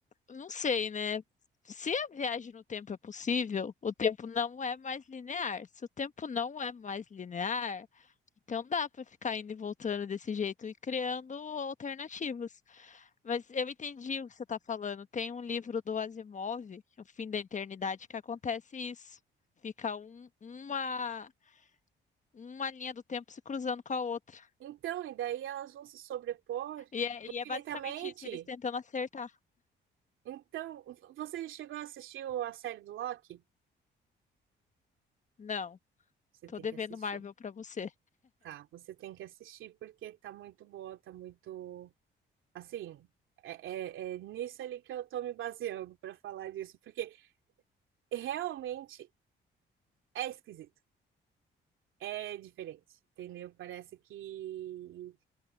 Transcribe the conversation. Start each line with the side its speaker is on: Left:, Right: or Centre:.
Left: não sei, né? Se a viagem no tempo é possível, o tempo não é mais linear. Se o tempo não é mais linear, então dá pra ficar indo e voltando desse jeito e criando alternativas. Mas eu entendi o que você tá falando. Tem um livro do Asimov, O Fim da Eternidade, que acontece isso. Fica um- uma, uma linha do tempo se cruzando com a outra.
Right: então, e daí elas vão se sobrepor
Left: E é,
Right: infinitamente.
Left: e é basicamente isso, eles tentando acertar.
Right: Então, v- você chegou a assistir o- a série do Loki?
Left: Não,
Right: Você
Left: tô
Right: tem
Left: devendo
Right: que assistir.
Left: Marvel pra você.
Right: Tá, você tem que assistir porque tá muito boa, tá muito. Assim, é, é, é nisso ali que eu tô me baseando para falar disso, porque realmente é esquisito, é diferente, entendeu? Parece que